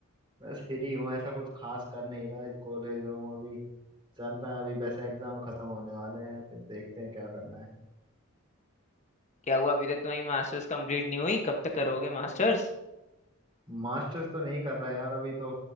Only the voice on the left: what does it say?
क्या हुआ अभी तक तुम्हारी मास्टर्स कंप्लीट नहीं हुई कब तक करोगे मास्टर्स